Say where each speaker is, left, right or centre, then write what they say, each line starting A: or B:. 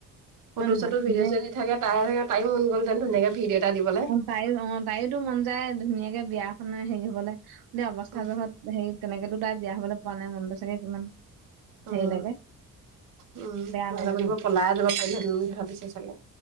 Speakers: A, on the right (about 60°); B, on the right (about 85°).
A: ফটো
B: হয় নহয়
A: চটো ভিডিঅ
B: এনে
A: চিডিও দি থাকে, তাই তাইও গলহেতেন ধুনীয়াকে ভিডিঅ' এটা দিবলৈ।
B: তাইো অ, তাইোতো মন যায় ধুনীয়াকে বিয়াখনে হেৰি হবলৈ এ অৱস্থা
A: উম
B: যোৰহত হেৰি তেনেকেতো তাই বিয়া হবলৈ পোৱা নাই মনটো চাগে কিমান সেই
A: উম
B: লাগে,
A: উম
B: বেয়া
A: নহ'লে
B: লাগে
A: বুলিব
B: ন
A: পলাই যাব পাৰিলোহেঁতেন বুলি ভাবিছে চাগে